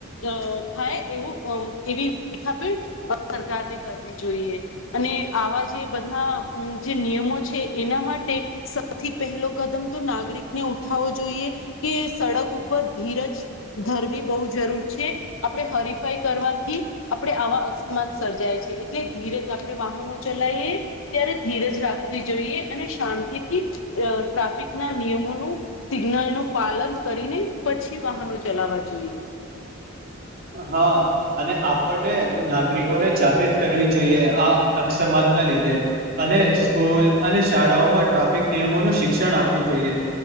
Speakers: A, on the left; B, on the right.
A: અ થાય, એવું એવી વ્યવસ્થા પણ સરકાર ને કરવી જોઈએ અને આવા જે બધા જે નિયમો છે, એના માટે સૌથી પહેલો કદમ, તો નાગરિકને ઉઠ જોઈએ કે સડક ઉપર ધીરજ ધરવી બહુ જરૂર છે, આપણે હર કરવાથી આપણે આવા અસ્માત સર્જાય છે, એટલે ધીરજ આપણે વાહનો ચલાવીએ ત્યારે ધીરજ રાખવી જોઈએ, અને શાંતિથી અ ટ્રાફિકના નિયમોનું સિગ્નલ ન પાલન કરીને, પછી વાહનો ચલાવા જોઈએ
B: હા, અને આપણને નાગરિકોને જાગૃત કરવી જોઈએ, આ અસમાત ના લીધે અને સ્કૂલ અને શાળાઓમાં ટ્રાફિક નિયમોનું શિક્ષણ આપવું જોઈએ.